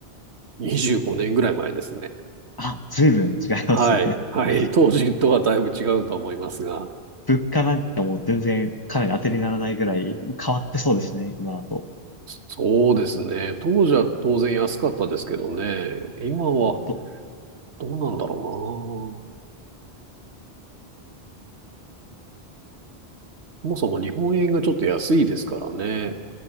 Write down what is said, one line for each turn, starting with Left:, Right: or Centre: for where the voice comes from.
Right: う25年ぐらい前ですね。
Left: あ、随分違いますね。
Right: はい。はい。
Left: <laughs>
Right: 当時とはだいぶ違うと思いますが。
Left: 物価なんかもう全然かなり当てにならないぐらい変わってそうですね、今だと。
Right: そうですね。当時は当然安かったですけどね。今は
Left: ど
Right: どうなんだろうな。そもそも日本円がちょっと安いですからね。